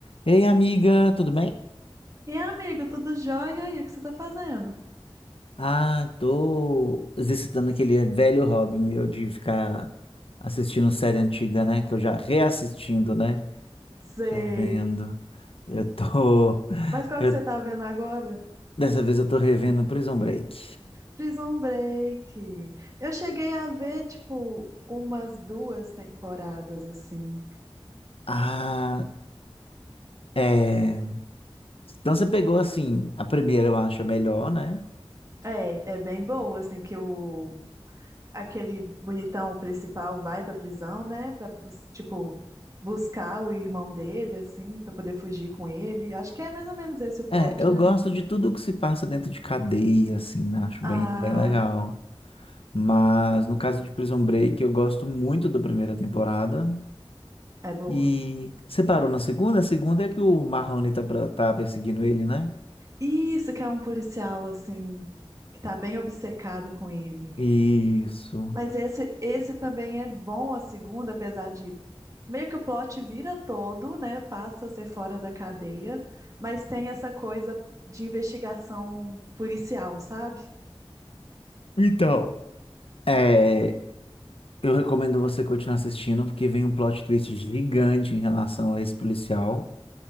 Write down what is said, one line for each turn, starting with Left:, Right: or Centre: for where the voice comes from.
Left: Ei, amiga, tudo bem?
Right: E amigo, tudo jóia? E aí, o que você tá fazendo?
Left: Ah, tô exercitando aquele velho hobby meu de ficar assistindo série antiga, né? Que eu já reassistindo, né?
Right: Sei.
Left: Revendo. Eu tô. <laughs>
Right: Mas qual
Left: eu-
Right: que você tá vendo agora?
Left: Dessa vez eu tô revendo Prison Break.
Right: Prison Break. Eu cheguei a ver, tipo, umas duas temporadas, assim.
Left: Ah, é. Então você pegou assim, a primeira eu acho a melhor, né?
Right: É, é bem boa, assim, que o... Aquele bonitão principal vai pra prisão, né? Pra, bus- tipo, buscar o irmão dele, assim, pra poder fugir com ele. Acho que é mais ou menos esse o plot,
Left: É, eu
Right: né?
Left: gosto de tudo que se passa dentro de cadeia, assim, né? Acho
Right: Ah,
Left: bem, bem legal. Mas no caso de Prison Break, eu gosto muito da primeira temporada.
Right: é boa.
Left: E você parou na segunda? A segunda é que o Marrone tá, pra- tá perseguindo ele, né?
Right: Isso que é um policial, assim, que tá bem obcecado com ele.
Left: Isso.
Right: Mas esse, esse também é bom a segunda, apesar de meio que o plot vira todo, né? Passa a ser fora da cadeia, mas tem essa coisa de investigação policial, sabe?
Left: Então, é, eu recomendo você continuar assistindo, porque vem um plot twist gigante em relação a esse policial.